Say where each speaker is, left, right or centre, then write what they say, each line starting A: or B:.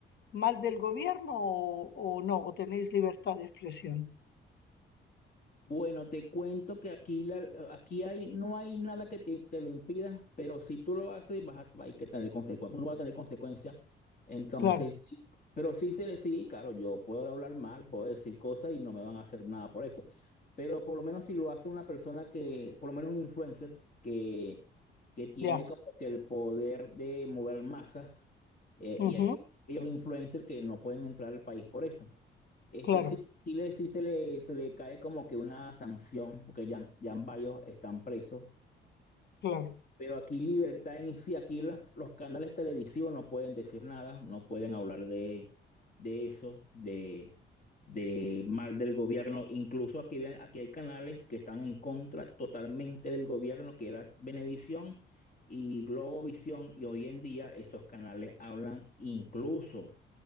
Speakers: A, on the left; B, on the left.
A: mal del gobierno o, o no, o tenéis libertad de expresión?
B: Bueno, te cuento que aquí, la, aquí hay, no hay nada que te, te lo impida, pero si tú lo haces, vas a, hay que tener consecuencias, uno va a tener consecuencias. Entonces,
A: Claro,
B: sí, pero sí se le sí, claro, yo puedo hablar mal, puedo decir cosas y no me van a hacer nada por eso. Pero por lo menos si lo hace una persona que, por lo menos un influencer, que, que tiene
A: ya.
B: como que el poder de mover masas, eh, y
A: Ujú.
B: aquí hay ellos influencers que no pueden entrar al país por eso. Este,
A: Claro,
B: sí, sí, le, sí se le, se le cae como que una sanción, porque ya, ya varios están presos.
A: claro,
B: Pero aquí libertad en sí, aquí los, los canales televisivos no pueden decir nada, no pueden hablar de, de eso, de, de mal del gobierno. Incluso aquí, vean, aquí hay canales que están en contra totalmente del gobierno, que era Venevisión y Globovisión, y hoy en día esos canales hablan incluso